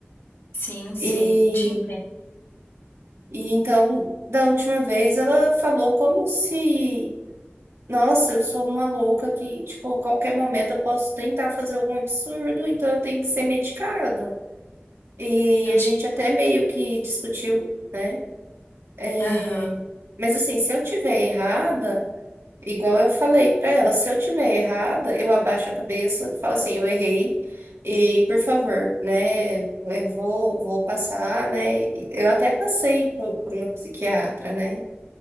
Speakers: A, on the left; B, on the right.
A: Sim, sim,
B: E,
A: te entendo.
B: e então, da última vez ela falou como se, nossa, eu sou uma louca que, tipo, a qualquer momento eu posso tentar fazer algum absurdo, então eu tenho que ser medicada. E
A: Eu
B: a
A: te...
B: gente até meio que discutiu, né? É,
A: Aham,
B: Mas assim, se eu tiver errada, igual eu falei pra ela, se eu tiver errada, eu abaixo a cabeça, falo assim, eu errei. E por favor, né? Eu vou, vou passar, né? Eu até passei por, por uma psiquiatra, né?